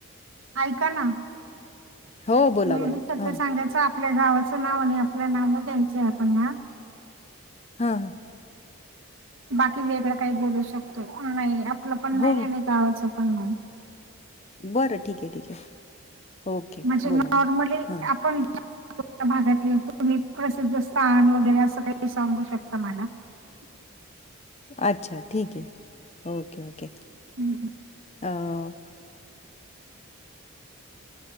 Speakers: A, on the right; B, on the left.
A: ऐका ना.
B: हो, बोला,
A: लेडी
B: बोला.
A: आपल्या
B: हां,
A: सांगायच. आपल्या गावाचं नाव आणि आपल्या नाव द्यायचंय आपण ह.
B: हा ह.
A: बाकी वेगळं काही बोलू शकतो. नाही आपलं पण
B: हो,
A: नाही
B: हो.
A: आणि गावाच पण नाही.
B: बरं ठीक आहे ठीक आहे. ओके.
A: म्हणजे
B: बोला,
A: नॉर्मली
B: बोला. हां,
A: आपण भागातील तुम्ही प्रसिद्ध स्थान वगैरे असं काही सांगू शकता मला <inaudible>
B: अच्छा ठीक आहे ओके ओके.
A: हम्म.
B: ह.